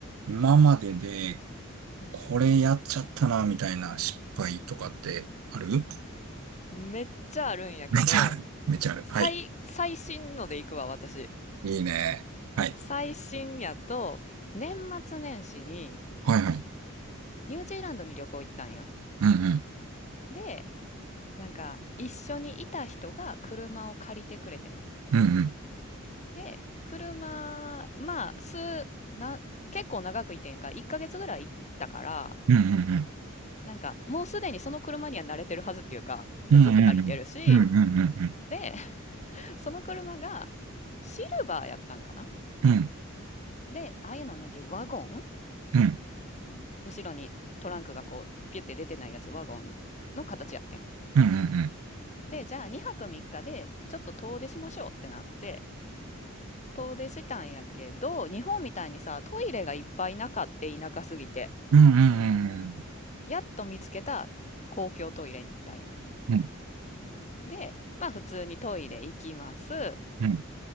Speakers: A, on the right; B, on the left.
A: 今までで、
B: うん。
A: これやっちゃったな、みたいな失敗とかってある
B: めっちゃあるんやけど、
A: めっちゃある。めっちゃある。
B: 最、
A: はい。
B: 最新ので行くわ、私。
A: いいね。はい。
B: 最新やと、年末年始に
A: はいはい。
B: ニュージーランドに旅行行ったんよ。
A: うんうん。
B: で、なんか、一緒にいた人が車を借りてくれてん。
A: うんうん。
B: で、車、まあ、数、な、結構長くいてんやんか、1ヶ月ぐらい行ったから、
A: うんうん
B: なんか、もうすでにその車には慣れてるはずっていうか、そのずっと借りてるし、
A: うん。うんうんうん。うんうんうん。
B: で、<laughs> その車がシルバーやったんかな
A: うん
B: で、ああいうのはなんていうワゴン
A: うんうん。
B: 後ろにトランクがこうピュって出てないやつワゴンの形やってん。
A: うんうんうん。
B: で、じゃあ2泊3日でちょっと遠出しましょうってなって遠出したんやけど日本みたいにさトイレがいっぱいなかって田舎すぎて
A: うんうんうん。
B: やっと見つけた公共トイレに行ったんやん。
A: うんうんうん。
B: で、まあ普通にトイレ行きます。
A: うん